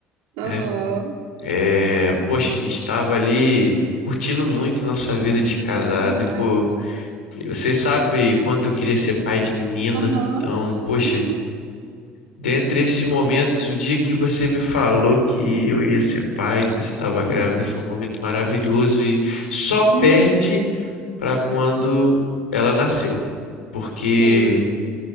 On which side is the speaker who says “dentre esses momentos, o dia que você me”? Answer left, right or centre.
Left